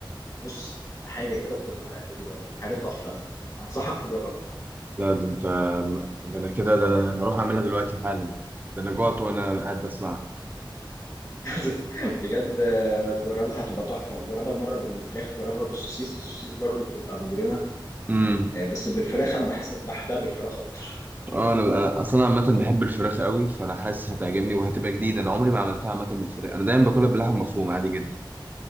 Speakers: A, on the left; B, on the right.
A: بص حاجه كده بتبقى اجرام حاجه تحفه انصحك تجربها
B: لا ده انت ده انا كده ده انا هروح اعملها دلوقتي حالا ده انا جوعت وانا قاعد بسمعها
A: <laughs> بجد آه، جربها هتبقى تحفه جربها مره بالفراخ جربها بالسوسيس السوسيس برضو بتبقى مجرمه
B: امم
A: آه، بس بالفراخ انا بحسب بحبها بالفراخ اكتر
B: اه انا أنا اصلا عامه بحب الفراخ قوي فانا حاسس هتعجبني وهتبقى جديده انا عمري ما عملتها عامه بالفراخ انا دايما باكلها باللحمه مفرومه عادي جدا